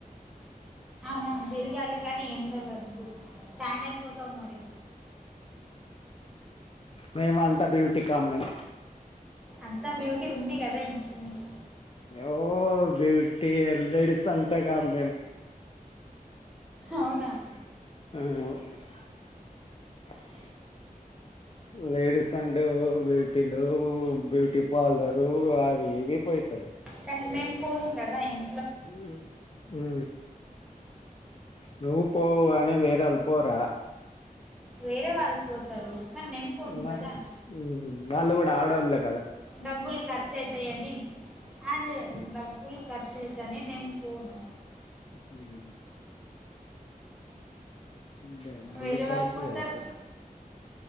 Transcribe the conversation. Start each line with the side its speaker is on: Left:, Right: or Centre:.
Centre: ఆ తిరగాలి కానీ ఎండలద్దు టాన్ అయిపోతావు మరి
Left: మేము అంతా బ్యూటీ కామ్ మేమ్
Centre: అంతా బ్యూటీ ఉంది కదా ఇంకేమి
Left: ఓ బ్యూటి లేడిస్ అంతా కామ్ మేము అ
Centre: అవునా
Left: లేడీస్ అంటే బ్యూటీలు బ్యూటీ పార్లరు అవి ఇవి పోయితారు
Centre: కానీ మేము పోం కదా ఇం
Left: హ్మ ఉ నువ్ పోవుగాని వేర వాళ్ళు పోరా
Centre: వేరే వాళ్ళు పోతారు కానీ నేను పోను
Left: మరి
Centre: కదా
Left: వాళ్ళు కూడా ఆడోళ్లే
Centre: డబ్బుల్ ఖర్చు అయితాయని అదే డబ్బుల్ ఖర్చుయితాని నేన పోను
Left: హ్మ డబ్బులు
Centre: వేరే
Left: కర్స
Centre: వాళ్ళు పోతారు
Left: అయితే